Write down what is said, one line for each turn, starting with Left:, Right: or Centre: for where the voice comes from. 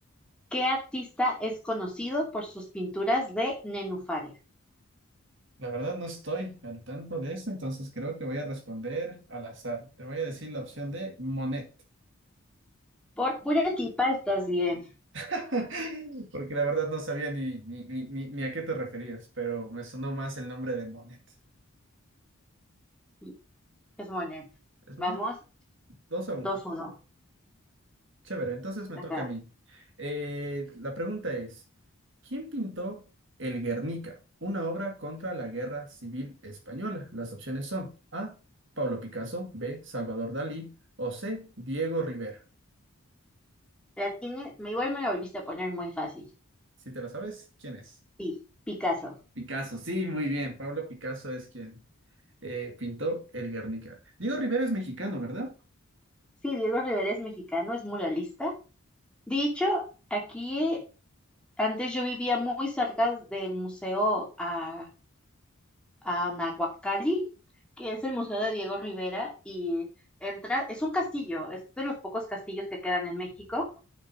Centre: ¿Qué artista es conocido por sus pinturas de nenúfares?
Right: La verdad no estoy al tanto de eso, entonces creo que voy a responder al azar. Te voy a decir la opción de Monet,
Centre: Por pura tipa estás bien.
Right: <laughs> porque la verdad no sabía ni, ni, ni, ni, ni a qué te referías, pero me sonó más el nombre de Monet.
Centre: Sí, es Monet.
Right: ¿Es Monet?
Centre: Vamos,
Right: 2 a uno.
Centre: dos uno.
Right: Chévere, entonces me
Centre: Acá.
Right: toca a mí. Eh, la pregunta es, ¿quién pintó El Guernica, una obra contra la Guerra Civil Española? Las opciones son A, Pablo Picasso, B, Salvador Dalí o C, Diego Rivera.
Centre: La tiene, me- igual me la volviste a poner muy fácil.
Right: Si te la sabes, ¿quién es?
Centre: Sí, Picasso.
Right: Picasso, sí, muy bien. Pablo Picasso es quien eh, pintó El Guernica. Diego Rivera es mexicano, ¿verdad?
Centre: Sí, Diego Rivera es mexicano, es muralista. Dicho, aquí antes yo vivía muy cerca del museo ah, a Nahuacalli, que es el Museo de Diego Rivera, y entras, es un castillo, es de los pocos castillos que quedan en México.